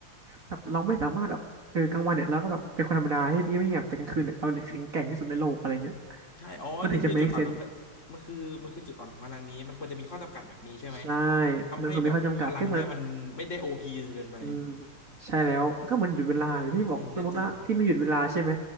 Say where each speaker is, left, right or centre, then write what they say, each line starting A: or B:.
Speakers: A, on the right (about 40°); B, on the left (about 35°).
A: แบบเราไม่สามารถแบบเออกลางวันเนี่ยเราก็แบบเป็นคนธรรมดาที่ไม่เงียบแต่กลางคืนเนี่ยเราเนี่ยแข็งแกร่งที่สุดในโลกอะไรเงี้ย
B: ใช่อ๋อนี่คือจุดอ่อนของพะมันคือมันคือจุดอ่อนของพลังนี้มันควรจะมีข้อจำกัดแบบนี้ใช่ไหม
A: มันถึงจะ make sense ใช่
B: ทำให้แบบพลังเนี้ยมันไม่ได้โอพีเกินไป
A: มันคงมีข้อจำกัดก็เหมือน อืมใช่แล้วมันก็เหมือนหยุดเวลาอย่างที่บอกสมมติว่าพี่ไม่หยุดเวลาใช่ไหม
B: ก็จริงก็จริง